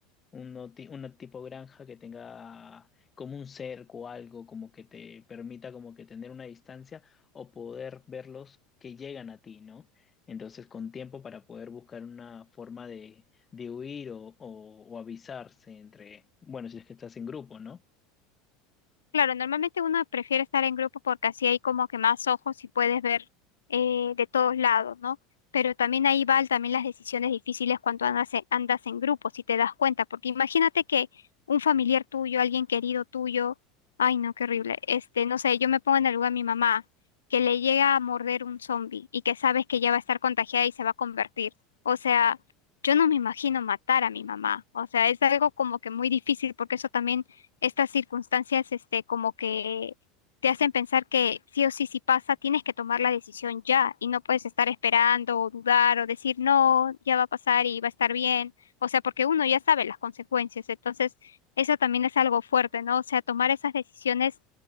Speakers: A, on the left; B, on the left.
A: Uno, ti- una tipo granja que tenga como un cerco o algo como que te permita como que tener una distancia o poder verlos que llegan a ti, ¿no? Entonces con tiempo para poder buscar una forma de, de huir o, o, o avisarse entre, bueno, si es que estás en grupo, ¿no?
B: Claro, normalmente uno prefiere estar en grupo porque así hay como que más ojos y puedes ver eh, de todos lados, ¿no? Pero también ahí van también las decisiones difíciles cuando andas en, andas en grupo, si te das cuenta, porque imagínate que un familiar tuyo, alguien querido tuyo, ay no, qué horrible, este, no sé, yo me pongo en el lugar de mi mamá, que le llega a morder un zombie y que sabes que ya va a estar contagiada y se va a convertir. O sea, yo no me imagino matar a mi mamá, o sea, es algo como que muy difícil porque eso también estas circunstancias, este, como que te hacen pensar que sí o sí, si pasa, tienes que tomar la decisión ya y no puedes estar esperando o dudar o decir no, ya va a pasar y va a estar bien. O sea, porque uno ya sabe las consecuencias. Entonces, eso también es algo fuerte, ¿no? O sea, tomar esas decisiones